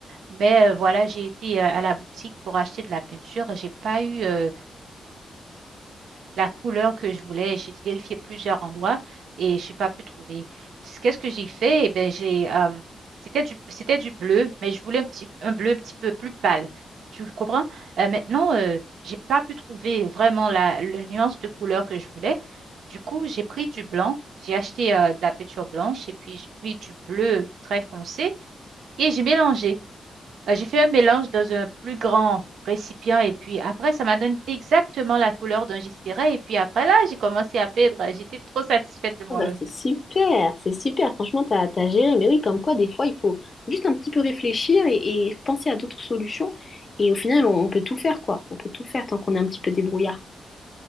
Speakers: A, on the right; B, on the left.
A: mais euh, voilà, j'ai été euh, à la boutique pour acheter de la peinture. J'ai pas eu euh, la couleur que je voulais. J'ai vérifié plusieurs endroits et je n'ai pas pu trouver. C- Qu'est-ce que j'ai fait? Eh ben, j'ai, euh, c'était du, c'était du bleu, mais je voulais un petit, un bleu un petit peu plus pâle. Tu comprends? Euh, maintenant, euh, j'ai pas pu trouver vraiment la, le nuance de couleur que je voulais. Du coup, j'ai pris du blanc. J'ai acheté euh, de la peinture blanche et puis j'ai pris du bleu très foncé et j'ai mélangé. Euh, J'ai fait un mélange dans un plus grand récipient et puis après, ça m'a donné exactement la couleur dont j'espérais. Et puis après, là, j'ai commencé à peindre. J'étais trop satisfaite de moi-même.
B: Ah bah, c'est super, c'est super. Franchement, t'as, t'as géré. Mais oui, comme quoi, des fois, il faut juste un petit peu réfléchir et, et penser à d'autres solutions. Et au final, on, on peut tout faire, quoi. On peut tout faire tant qu'on est un petit peu débrouillard.